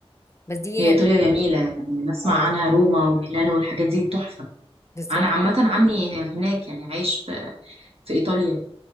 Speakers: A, on the left (about 25°); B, on the right (about 70°).
A: بس دي
B: هي
A: يعني
B: إيطاليا جميلة يعني نسمع
A: اه
B: عنها روما وميلانو والحاجات دي تحفة
A: بالظبط
B: أنا عامة
A: يعني.
B: عمي هناك يعني عايش في, في إيطاليا